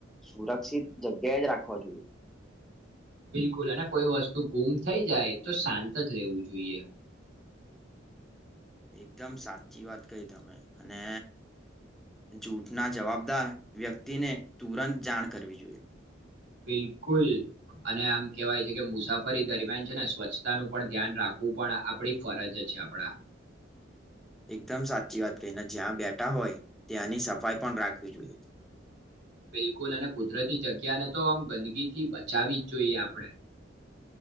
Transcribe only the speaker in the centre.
સુરક્ષિત જગ્યાએ જ રાખવા જોઈએ.
એકદમ સાચી વાત કહી તમે. અને જૂઠના જવાબદાર વ્યક્તિને તુરંત જાણ કરવી જોઈએ.
એકદમ સાચી વાત કહીને જ્યાં બેઠા હોય, ત્યાંની સફાઈ પણ રાખવી જોઈએ.